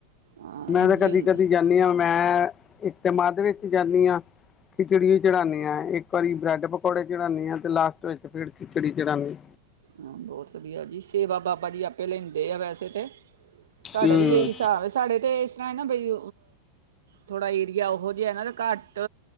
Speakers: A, on the right; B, on the left.
A: ਹਾਂ
B: ਮੈਂ
A: ਇੰਝ
B: ਤਾਂ ਕਦੀ-ਕਦੀ
A: ਹੀ ਹੁੰਦਾ
B: ਜਾਂਣੀ ਆ, ਮੈਂ ਇੱਕ ਮਾਧ ਵਿੱਚ ਜਾਂਨੀ ਆ। ਖਿਚੜੀ ਵੀ ਚੜਾਉਂਦੀ ਹਾਂ ਇੱਕ ਕਦੀ ਬ੍ਰੈਡ ਪਕੌੜੇ ਚੜ੍ਹਾਂਦੀ ਹਾਂ ਤੇ ਲਾਸਟ ਵਿੱਚ ਫਿਰ ਖਿਚੜੀ ਚੜਾਨੀ।
A: ਹਾਂ ਬਹੁਤ ਵਧੀਆ ਜੀ। ਸੇਵਾ ਬਾਬਾ ਜੀ ਆਪੇ ਲੈਂਦੇ ਆ ਵੈਸੇ ਤੇ ਸਾਡਾ
B: ਹੂੰ
A: ਵੀ ਇਹੀ ਹਿਸਾਬ ਹੈ ਸਾਡੇ ਅਤੇ ਇਸ ਤਰ੍ਹਾਂ ਹੈ ਨਾ ਬਈ ਥੋੜ੍ਹਾ ਏਰੀਆ ਉਹੋ ਜਿਹਾ ਨਾ ਅਤੇ ਘੱਟ